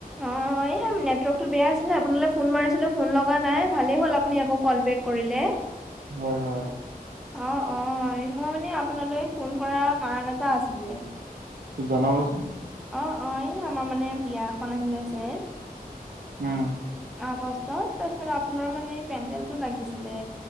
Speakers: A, in the centre; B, on the right.
A: অ', নেটৱৰ্কটো বেয়া আছিলে আপুনালৈ ফোন মাৰিছিলোঁ ফোন লগা নাই ভালে হ'ল আপুনি আকৌ ক'ল বেক কৰিলে।
B: হয়, হয়।
A: অ', অ', মই মানে আপোনালৈ ফোন কৰাৰ কাৰণ এটা আছিলে।
B: জনাবচোন।
A: অ', অ', এই আমাৰ মানে বিয়া এখন আহি আছে।
B: উম।
A: আগষ্টত তাৰপিছত আপোনাৰ মানে পেণ্টেলটো লাগিছিলে।